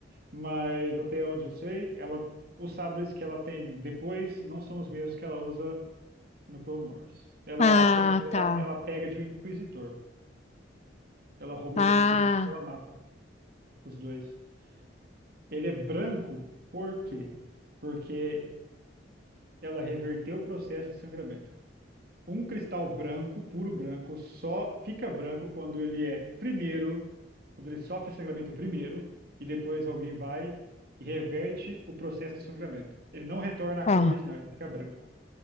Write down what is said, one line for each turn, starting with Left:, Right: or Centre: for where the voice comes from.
Right: mas até onde eu sei, ela... os sabres que ela tem depois não são os mesmos que ela usa no Clone Wars. Ela,
Left: Ah,
Right: se eu não me engano,
Left: tá.
Right: ela, ela pega de um inquisitor. Ela rouba
Left: Ah,
Right: de um inquisitor que ela mata os dois. Ele é branco por quê? Porque ela reverteu o processo de sangramento. Um cristal branco, puro branco, só fica branco quando ele é primeiro, quando ele sofre sangramento primeiro, e depois alguém vai e reverte o processo do sangramento. Ele não retorna à
Left: Ó,
Right: cor original, ele fica branco.